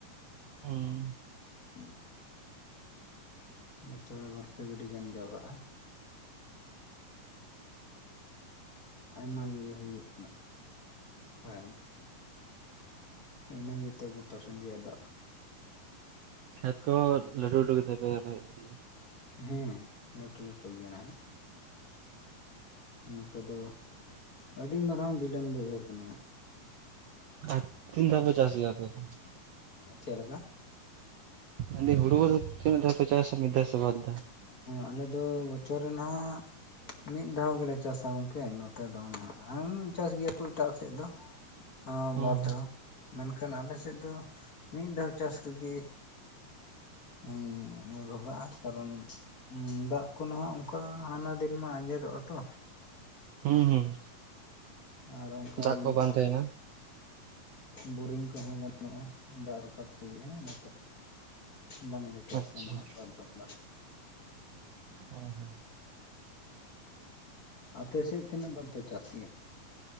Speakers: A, on the right; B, on the left.
A: <unintelligible>
B: <inaudible> ᱵᱚᱪᱷᱚᱨ ᱨᱮ ᱵᱟᱨ ᱯᱮ ᱜᱟᱹᱰᱤ ᱜᱟᱱ ᱡᱟᱣᱨᱟᱜᱼᱟ, ᱟᱭᱢᱟ ᱜᱮ ᱦᱩᱭᱩᱜ ᱠᱟᱱᱟ ᱦᱳᱭ᱾ ᱤᱱᱟᱹ ᱜᱮᱛᱮ ᱜᱚᱴᱟ ᱥᱟᱸᱜᱮ ᱟᱫᱟᱜ
A: ᱠᱷᱮᱛ ᱠᱚᱦᱚᱸ ᱞᱟᱹᱴᱩ ᱞᱟᱹᱴᱩ ᱜᱮ ᱛᱟᱯᱮᱭᱟ ᱟᱯᱮ ᱥᱮᱫ ᱫᱚ᱾
B: ᱦᱮᱸ ᱞᱟᱹᱴᱩ ᱞᱟᱹᱴᱩ ᱜᱮᱭᱟ ᱱᱟᱦᱟᱜ᱾ ᱱᱚᱛᱮ ᱫᱚ ᱟᱹᱰᱤ ᱢᱟᱨᱟᱝ ᱵᱤᱞᱚᱱ ᱵᱟᱹᱭᱦᱟᱹᱲ ᱠᱟᱱᱟ ᱦᱟᱸᱜ᱾
A: ᱟᱨ ᱛᱤᱱ ᱫᱷᱟᱣ ᱯᱮ ᱪᱟᱥ ᱜᱮᱭᱟ ᱟᱯᱮ ᱫᱚ?
B: ᱪᱮᱫ ᱞᱮᱠᱟ?
A: ᱛᱟᱦᱚᱞᱮ ᱦᱩᱲᱩ ᱠᱚᱫᱚ ᱛᱤᱱ ᱫᱷᱟᱣ ᱯᱮ ᱪᱟᱥᱟ ᱢᱤᱫ ᱫᱷᱟᱣ ᱥᱮ ᱵᱟᱨ ᱫᱷᱟᱣ?
B: ᱟᱞᱮ ᱫᱚ ᱵᱚᱪᱷᱚᱨ ᱨᱮ ᱱᱟᱦᱟᱜ ᱢᱤᱫ ᱫᱷᱟᱣ ᱜᱮᱞᱮ ᱪᱟᱥᱟ ᱜᱚᱢᱠᱮ ᱱᱚᱛᱮ ᱫᱚ ᱱᱟᱦᱟᱜ ᱟᱨ ᱪᱟᱥ ᱜᱮᱭᱟ ᱠᱚ ᱮᱴᱟᱜ ᱥᱮᱫ ᱫᱚ᱾ ᱟᱸ
A: ᱦᱩᱸ
B: ᱵᱟᱨ ᱫᱷᱟᱣ ᱢᱮᱱᱠᱷᱟᱱ ᱟᱞᱮ ᱥᱮᱫ ᱫᱚ ᱢᱤᱫ ᱫᱷᱟᱣ ᱪᱟᱥ ᱨᱮᱜᱮ ᱤᱧ ᱨᱚᱜᱟᱜᱼᱟ ᱠᱟᱨᱚᱱ ᱫᱟᱜ ᱠᱚ ᱱᱟᱦᱟᱜ ᱚᱱᱠᱟ ᱦᱟᱱᱟ ᱫᱤᱱ ᱢᱟ ᱟᱸᱡᱮᱫᱚᱜᱼᱟ ᱛᱚ᱾
A: ᱦᱩᱸ ᱦᱩᱸ
B: ᱟᱨ ᱚᱱᱠᱟ
A: ᱫᱟᱜ
B: ᱤᱭᱟᱹ
A: ᱠᱚ ᱵᱟᱝ ᱛᱟᱦᱮᱱᱟ
B: ᱦᱮᱸ ᱵᱳᱨᱤᱝ ᱠᱚᱦᱚᱸ ᱵᱟᱹᱱᱩᱜᱼᱟ ᱫᱟᱜ ᱨᱟᱠᱟᱵ ᱵᱚᱜᱤ-ᱟ ᱚᱱᱟᱛᱮ ᱵᱟᱝ ᱞᱮ ᱪᱟᱥᱟ
A: ᱟᱪᱪᱷᱟ
B: ᱱᱟᱦᱟᱜ ᱱᱮᱛᱟᱨ ᱫᱚ, ᱫᱟᱜ
A: ᱦᱳᱭ ᱦᱳᱭ
B: ᱟᱯᱮ ᱥᱮᱫ ᱛᱤᱱᱟᱹᱜ ᱫᱟᱢ ᱯᱮ ᱪᱟᱥ ᱜᱮᱭᱟ?